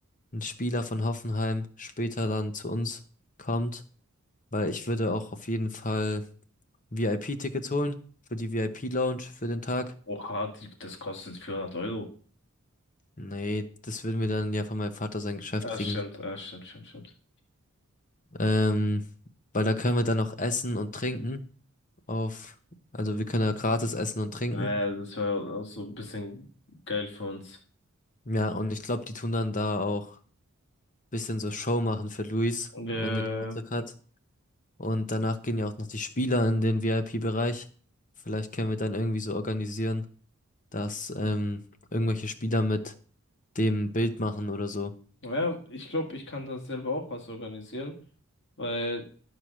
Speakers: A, on the left; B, on the left.
A: ein Spieler von Hoffenheim später dann zu uns kommt, weil ich würde auch auf jeden Fall VIP-Tickets holen für die VIP-Lounge für den Tag.
B: Oha, die, das kostet 400 Euro.
A: Nee, das würden wir dann ja von meinem Vater sein Geschäft
B: Ah,
A: kriegen.
B: stimmt, ah, stimmt, stimmt, stimmt.
A: Ähm, weil da können wir dann auch essen und trinken auf, also wir können da gratis essen und trinken.
B: Naja, das wäre auch so ein bisschen geil für uns.
A: Ja, und ich glaube, die tun dann da auch bisschen so Show machen für Luis,
B: ja
A: wenn er Geburtstag hat. Und danach gehen ja auch noch die Spieler in den VIP-Bereich. Vielleicht können wir dann irgendwie so organisieren, dass ähm, irgendwelche Spieler mit dem Bild machen oder so.
B: Ja, ich glaube, ich kann da selber auch was organisieren, weil